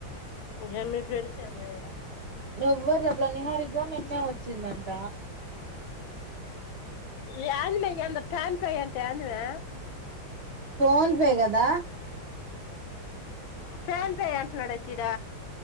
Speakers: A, on the left; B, on the right.
A: ఇంకా మీ ఫ్రెండ్స్ ఏమయ్యారా
B: ఎవ్వర్ చెప్పలె నిహారి క నిన్నే వచ్చిందంట.
A: యందే ఏందో ప్యాన్ ఫై ఎంత అందునా
B: ఫోన్పే కదా
A: ప్యాన్ పే అంటున్నాడ్ అయితే ఈడ